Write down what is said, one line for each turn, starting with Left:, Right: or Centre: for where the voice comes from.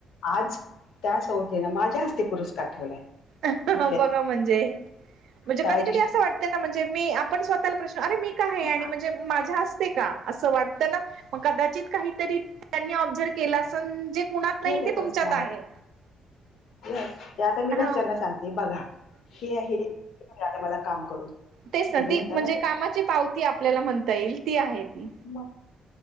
Left: आज त्या संस्थेनं माझ्या हस्ते पुरस्कार ठेवलाय.
Right: बघा
Left: तिथल्या
Right: म्हणजे, म्हणजे
Left: ताजी
Right: कधी कधी असं वाटत ना म्हणजे, मी आपण स्वतःला प्रश्न अरे मी काय आहे,
Left: हा
Right: आणि म्हणजे माझ्या हस ते का, असं वाटतं ना, पण कदाचित काहीतरी त्यांनी ओबीजर्व केलं असण जे कुणात नाही
Left: केलंच
Right: ते तुमच्यात
Left: असणार
Right: आहे.
Left: येस, ते आता मी घरच्यांना
Right: हा
Left: सांगते, बघा हे मिळालं आहे मला काम करून.
Right: तेच ना,
Left: तुम्ही
Right: ती
Left: म्हणता
Right: म्हणजे कामाची पावती आपल्याला म्हणता येईल ती आहे. ती
Left: मग,